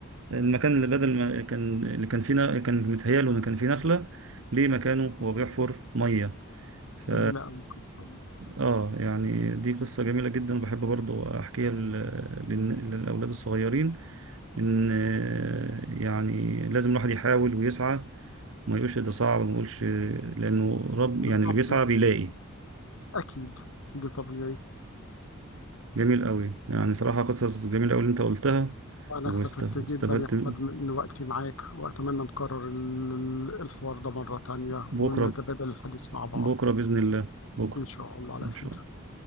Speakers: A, on the right; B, on the left.
A: المكان اللي بدل ما كان اللي كان فيه ن- كان متهيأله إن كان فيه نخلة ليه مكانه وهو بيحفر مية ف
B: جميلة أوي القصة دي
A: اه يعني دي قصة جميلة جدا وبحب برضو احكيها لل- للن- للاولاد الصغيرين ان آه، يعني لازم الواحد يحاول ويسعى ما يقولش ده صعب ما يقولش لانه رب
B: بالظبط
A: يعني اللي بيسعى بيلاقي
B: أكيد ده طبيعي
A: جميل قوي يعني صراحة قصص جميلة قوي اللي انت قلتها
B: أنا
A: واستفدت
B: استفدت جدا يا أحمد من وقتي معاك وأتمنى نكرر ال- الحوار ده مرة تانية
A: بكرة
B: ونتبادل الحديث مع بعض
A: بكرة بإذن الله بكرة
B: إن شاء الله على
A: ان
B: خير
A: شاء الله